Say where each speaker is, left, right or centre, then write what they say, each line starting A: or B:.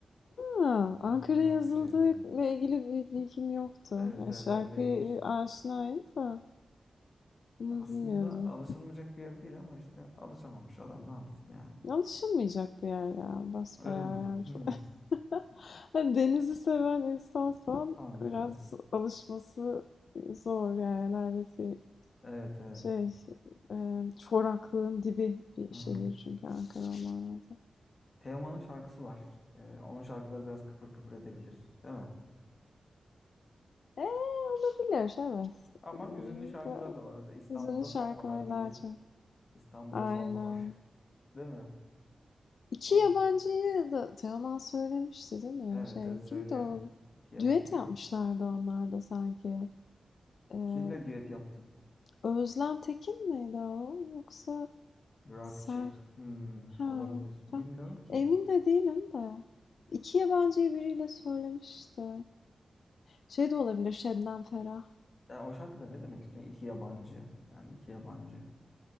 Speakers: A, on the left; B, on the left.
A: Ha,
B: Alışamadım
A: Ankara'ya
B: ben
A: yazıldığıyla
B: bu şehre.
A: ilgili bir bilgim yoktu.
B: Evet
A: Ya
B: evet
A: şarkıya
B: öyleymiş.
A: aşinayım da bunu
B: Aslında
A: bilmiyordum.
B: alışılmayacak bir yer değil ama işte alışamamış adam ne yapsın yani.
A: Alışılmayacak bir yer ya, basbayağı
B: Öyle mi?
A: yani
B: Hmm.
A: çok <laughs> Hani denizi seven insansan
B: Ankara.
A: biraz alışması zor yani neredeyse
B: Evet evet.
A: şey e, çoraklığın dibi bir
B: Aha.
A: şehir çünkü Ankara olman lazım.
B: Teoman'ın şarkısı var. Ee, onun şarkıları biraz kıpır kıpır edebilir, değil mi?
A: Eee olabilir evet.
B: Ama
A: Hmm,
B: hüzünlü şarkıları
A: Da,
B: da var. Mesela İstanbul'da
A: hüzünlü şarkıları
B: Sonbahar gibi.
A: daha çok.
B: İstanbul'da
A: Aynen.
B: Sonbahar, değil mi?
A: İki
B: O.
A: yabancıyı da Teoman söylemişti değil mi?
B: Evet
A: Şey
B: evet söylüyor.
A: kimdi o?
B: İki yabancı.
A: Düet yapmışlardı onlar da sanki. Ee,
B: Kimle düet yaptı?
A: Özlem Tekin miydi o? Yoksa
B: Rockçı.
A: Ser
B: Hmm,
A: Ha,
B: olabilir.
A: ta
B: Bilmiyorum ki.
A: emin de değilim de 2 yabancıyı biriyle söylemişti. Şey de olabilir Şebnem Ferah.
B: Yani o şarkıda ne demek istiyor? İki yabancı. Yani iki yabancı.